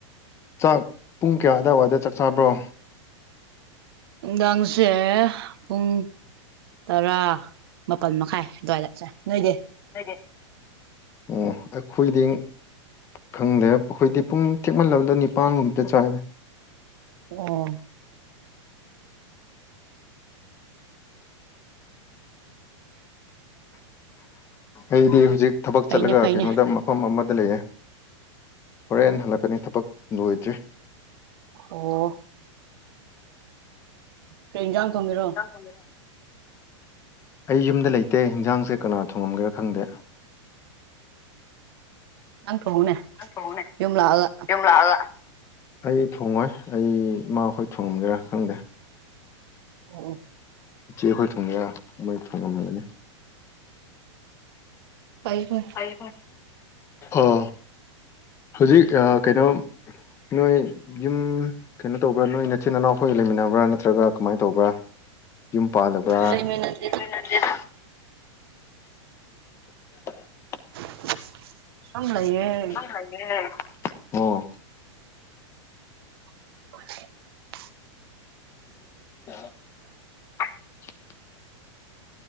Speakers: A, on the left (about 15°); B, on the right (about 50°).
A: ꯆꯥꯛ ꯄꯨꯡ ꯀ꯭ꯌꯥ ꯑꯗꯥꯏꯋꯥꯏꯗ ꯆꯥꯛ ꯆꯥꯕ꯭ꯔꯣ
B: ꯅꯨꯡꯗꯥꯡꯁꯦ ꯄꯨꯡ ꯇꯔꯥ ꯃꯥꯄꯜ ꯃꯈꯥꯏ ꯑꯗ꯭ꯋꯥꯏꯗ ꯆꯥꯏ ꯅꯣꯏꯗꯤ
A: ꯅꯣꯏꯗꯤ ꯎꯝ ꯑꯩꯈꯣꯏꯗꯤꯡ ꯈꯪꯗꯦ ꯄꯨ ꯑꯈꯣꯏꯗꯤ ꯄꯨꯡ ꯊꯦꯛꯃꯜꯂꯕꯗ ꯅꯤꯄꯥꯟꯒꯨꯝꯕꯗ ꯆꯥꯏꯗ
B: ꯑꯣ
A: ꯑꯩꯗꯤ ꯍꯨꯖꯤꯛ ꯊꯕꯛ
B: ꯐꯩꯅꯦ
A: ꯆꯠꯂꯒ
B: ꯐꯩꯅꯦ
A: ꯀꯩꯅꯣꯗꯃ ꯃꯐꯝ ꯑꯃꯗ ꯂꯩꯌꯦ ꯍꯣꯔꯦꯟ ꯍꯜꯂꯛꯀꯅꯤ ꯊꯕꯛ ꯂꯣꯏꯗ꯭ꯔꯤ
B: ꯑꯣ ꯀꯔꯤ ꯏꯟꯖꯥꯡ ꯊꯣꯡꯒꯦꯔꯣ
A: ꯏꯟꯖꯥꯡ ꯊꯣꯡꯒꯦꯔꯣ ꯑꯩ ꯌꯨꯝꯗ ꯂꯩꯇꯦ ꯍꯤꯟꯖꯥꯡꯁꯦ ꯀꯅꯥ ꯊꯣꯡꯉꯝꯒꯦꯔꯥ ꯈꯪꯗꯦ
B: ꯅꯪ ꯊꯣꯡꯉꯨꯅꯦ
A: ꯅꯪ ꯊꯣꯡꯎꯅꯦ
B: ꯌꯨꯝ ꯂꯥꯛꯑꯒ
A: ꯌꯨꯝ ꯂꯥꯛꯑꯒ ꯑꯩ ꯊꯣꯡꯉꯣꯏ ꯑꯩ ꯏꯃꯥꯈꯣꯏ ꯊꯣꯡꯉꯝꯒꯦꯔꯥ ꯈꯪꯗꯦ
B: ꯑꯣ ꯑꯣ
A: ꯏꯆꯦ ꯑꯩꯈꯣꯏ ꯊꯣꯡꯒꯦꯔꯥ ꯃꯣꯏ ꯊꯣꯡꯉꯝꯒꯅꯤ
B: ꯐꯩ ꯐꯩ
A: ꯐꯩ ꯐꯩ ꯑꯥ ꯍꯧꯖꯤꯛ ꯑ ꯀꯩꯅꯣ ꯅꯣꯏ ꯌꯨꯝ ꯀꯩꯅꯣ ꯇꯧꯕ꯭ꯔꯥ ꯅꯣꯏ ꯅꯆꯤꯟ ꯅꯅꯥꯎꯈꯣꯏꯒ ꯂꯩꯃꯤꯟꯅꯕ꯭ꯔꯥ ꯅꯠꯇ꯭ꯔꯒ ꯀꯃꯥꯏꯅ ꯇꯧꯕ꯭ꯔꯥ ꯌꯨꯝ ꯄꯥꯜꯂꯕ꯭ꯔꯥ
B: ꯂꯩꯃꯤꯟꯅꯁꯦꯗ
A: ꯍꯟꯖꯟ ꯍꯟꯖꯤꯟ <inaudible>
B: <inaudible> ꯅꯪ ꯂꯩꯌꯦ꯫
A: <unintelligible> ꯑꯣ꯫
B: <inaudible>
A: <inaudible>